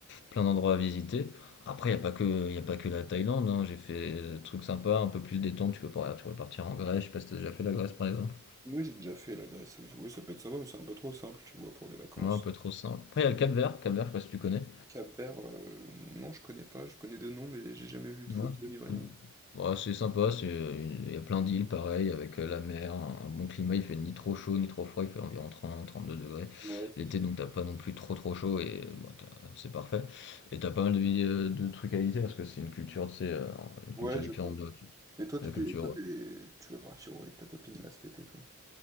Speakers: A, on the left; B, on the right.
A: plein d'endroits à visiter. Après, il n'y a pas que, y a pas que la Thaïlande, hein. J'ai fait euh, des trucs sympas, un peu plus détente. Tu peux, par- tu peux partir en Grèce, je sais pas si t'as déjà fait la Grèce par exemple.
B: Oui, j'ai déjà fait la Grèce. Oui, ça peut être sympa, mais c'est un peu trop simple, tu vois, pour des vacances.
A: Moi, un peu trop simple. Après, il y a le Cap-Vert, Cap-Vert, je sais pas si tu connais.
B: Cap-Vert, euh, non, je connais pas. Je connais de nom, mais j'ai jamais vu de
A: Ouais.
B: photo ni rien.
A: Ouais, c'est sympa, c'est une- il y a plein d'îles pareil, avec euh, la mer, un, un bon climat, il fait ni trop chaud ni trop froid, il fait environ trente trente deux degrés.
B: Ouais, c'est
A: L'été,
B: ça.
A: donc t'as pas non plus trop trop chaud et euh, bah, t'as- c'est parfait. Et t'as pas mal de, euh, de trucs à visiter parce que c'est une culture, tu sais, euh, une
B: Ouais,
A: culture
B: je
A: différente
B: vois.
A: de
B: je-
A: la culture.
B: Mais toi, t'es
A: de la
B: des-
A: culture,
B: toi
A: ouais.
B: t'es- tu vas partir où avec ta copine là cet été, toi.